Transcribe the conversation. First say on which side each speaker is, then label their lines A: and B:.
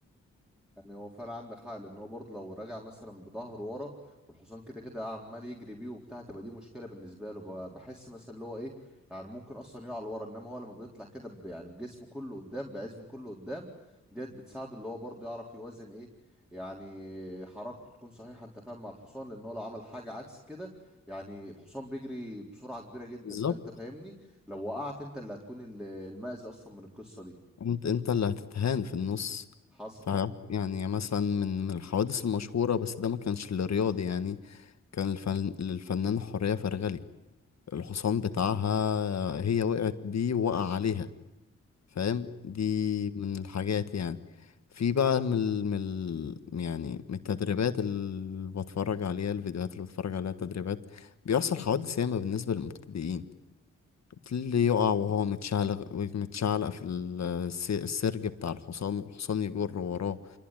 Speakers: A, in the centre; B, on the left (about 60°).
A: يعني هو فعلا عندك حق لان هو برضه لو راجع مثلا بظهره ورا والحصان كده كده عمال يجري بيه وبتاع تبقى دي مشكله بالنسبه له ب- بحس مثلا اللي هو ايه يعني ممكن اصلا يقع لورا انما هو لما بيطلع كده ب- يعني بجسمه كله قدام بعزمه كله قدام ديت بتساعده اللي هو برضه يعرف يوزن ايه يعني حركته تكون صحيحه انت فاهم مع الحصان لان هو لو عمل حاجه عكس كده يعني الحصان بيجري بسرعه كبيره جدا
B: بالظبط
A: فانت فاهمني لو وقعت انت اللي هتكون ال- المأذي اصلا من القصه دي
B: انت انت اللي هتتهان في النص
A: حصل
B: ف يعني مثلا من من الحوادث المشهورة بس ده ما كانش للرياضي يعني كان الفن... للفنان حورية فرغلي الحصان بتاعها هي وقعت بيه وقع عليها فاهم دي من الحاجات يعني في بقى من ال... من ال... يعني من التدريبات اللي بتفرج عليها الفيديوهات اللي بتفرج عليها التدريبات بيحصل حوادث ياما بالنسبة للمبتدئين اللي يقع وهو متشعلق متشعلق في ال- الس- السرج بتاع الحصان والحصان يجر وراه